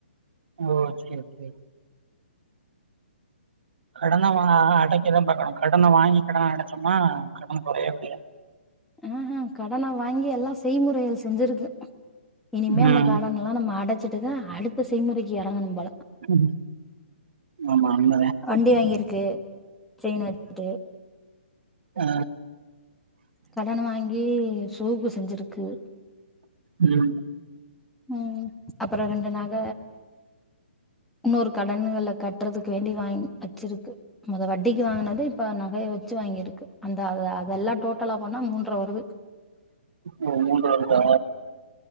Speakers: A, on the right; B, in the centre.
A: ஓ சேரி சேரி கடன வாங்குன அடைக்கதா பாக்குனு கடன வாங்கி கடன அடைச்சமா கடங்கொறையவே கொறையாது
B: ம்ஹும் கடன வாங்கி எல்லா செய்முறைகள் செஞ்சிருக்கு இனிமே
A: ம்
B: அந்த கடன்ல ல்லா நம்ம அடைச்சிட்டுதா அடுத்த செய்முறைக்கு எறங்கணு போல
A: ம் ஆமா உண்மதா
B: வண்டி வாங்கிருக்கு செயின வித்துட்டு
A: ஆ
B: கடன வாங்கி சோபு செஞ்சிருக்கு
A: ம்
B: ம் அப்புற ரெண்டு நக இன்னொரு கடன்கள கட்றதுக்கு வேண்டி வாங்கி வச்சிருக்கு மொத வட்டிக்கு வாங்கினது இப்ப நகைய வச்சு வாங்கிருக்கு அந்த அத அதெல்லா டோட்டலா போனா மூண்ர வருது
A: ஓ மூண்ர வருதா